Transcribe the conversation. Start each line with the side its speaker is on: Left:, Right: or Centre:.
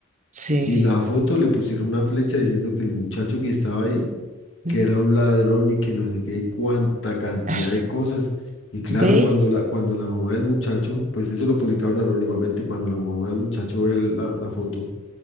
Right: Sí.
Left: Y la foto le pusieron una flecha diciendo que el muchacho que estaba ahí, que
Right: Mm.
Left: era un ladrón y que no sé qué, cuánta cantidad
Right: ay,
Left: de cosas. Y claro,
Right: ve
Left: cuando la, cuando la mamá del muchacho, pues eso lo publicaron anónimamente, cuando la mamá del muchacho ve la la foto